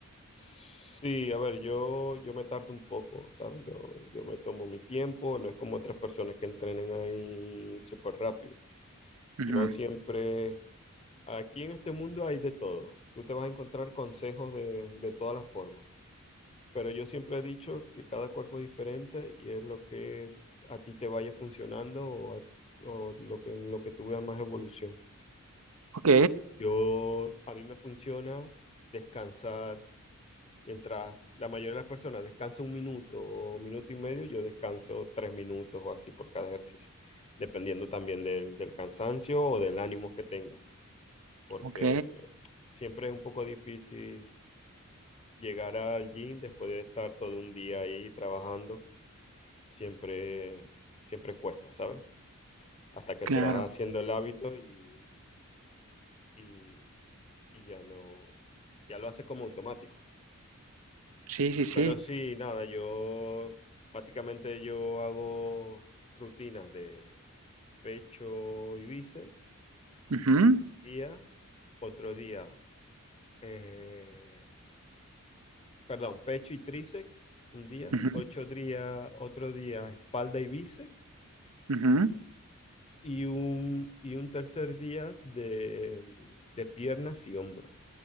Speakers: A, on the left (about 30°); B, on the right (about 70°).
A: sí, a ver, yo, yo me tardo un poco, ¿sabes? Yo, yo me tomo mi tiempo, no es como otras personas que entrenan ahí súper rápido. Yo
B: Ujú.
A: siempre, aquí en este mundo hay de todo. Tú te vas a encontrar consejos de, de todas las formas. Pero yo siempre he dicho que cada cuerpo es diferente y es lo que a ti te vaya funcionando o, a- o lo que, en lo que tú veas más evolución.
B: Ok,
A: Yo, a mí me funciona descansar, mientras la mayoría de las personas descansa un minuto o minuto y medio, yo descanso tres minutos o así por cada ejercicio, dependiendo también del, del cansancio o del ánimo que tenga, porque
B: ok,
A: eh, siempre es un poco difícil llegar al gym después de estar todo un día ahí trabajando siempre, siempre cuesta, ¿sabes? Hasta que
B: claro.
A: te vas haciendo el hábito y, y- y ya no, ya lo haces como automático.
B: Sí, sí, sí.
A: Pero sí, nada, yo básicamente yo hago rutinas de pecho y bíceps,
B: Ujú,
A: día, otro día, eh, perdón, pecho y tríceps, un día,
B: ujú,
A: ocho días, otro día, espalda y bíceps.
B: ujú.
A: y un, y un tercer día de, mm, de piernas y hombros.